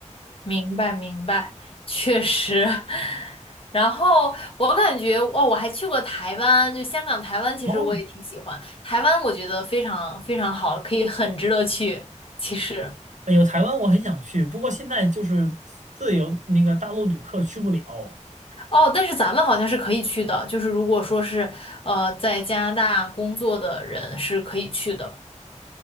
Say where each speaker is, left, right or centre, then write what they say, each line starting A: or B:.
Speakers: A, on the left; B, on the right.
A: 明白明白，确实。<laughs> 然后我感觉，哦，我还去过台湾，就香港、台湾，其实我也挺喜欢。
B: 哦，
A: 台湾我觉得非常非常好，可以很值得去。其实，
B: 哎呦，台湾我很想去，不过现在就是自由那个大陆旅客去不了。
A: 哦，但是咱们好像是可以去的，就是如果说是呃在加拿大工作的人是可以去的，